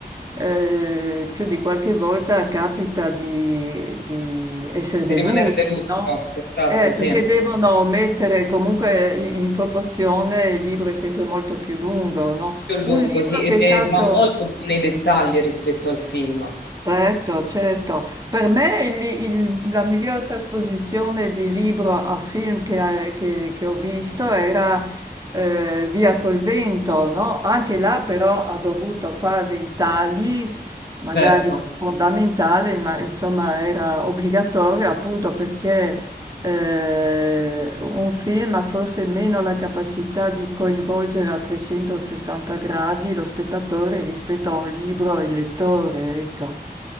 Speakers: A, on the right; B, on the left.
A: eh, più di qualche volta capita di, di essere
B: Di
A: delusi,
B: rimanere delusi,
A: no?
B: forse, esatto,
A: Eh, perché
B: sì.
A: devono mettere comunque in, in proporzione, il libro è sempre molto più lungo, no?
B: Più lungo,
A: Un libro
B: sì,
A: che
B: e,
A: è
B: e
A: stato...
B: va molto più nei dettagli rispetto al film.
A: Certo, certo. Per me il- il- la miglior trasposizione di libro a film che, che- che ho visto era eh, Via col vento, no? Anche là però ha dovuto fare dei tagli, magari
B: Certo.
A: non fondamentali, ma insomma era obbligatorio appunto perché eh, un film ha forse meno la capacità di coinvolgere a 360 gradi lo spettatore rispetto a un libro e il lettore, ecco.